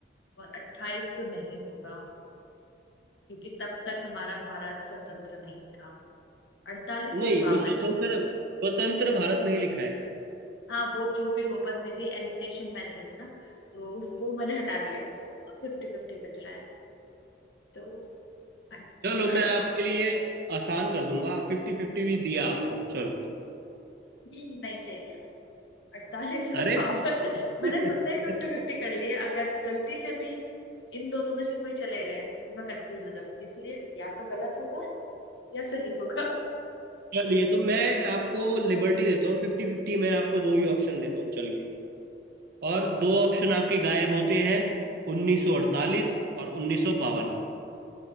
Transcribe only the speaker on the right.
नहीं
वो स्वतंत्र स्वतंत्र भारत नहीं लिखा है
चलो
मैं आपके लिए आसान कर दूंगा फिफ्टी फिफ्टी भी दिया आपको चलो
अरे
<laughs>
चलिए तो मैं आपको लिबर्टी देता हूँ फिफ्टी फिफ्टी मैं आपको दो ही ऑप्शन देता हूँ चलिए और दो ऑप्शन आपके गायब होते हैं 1948 और 1952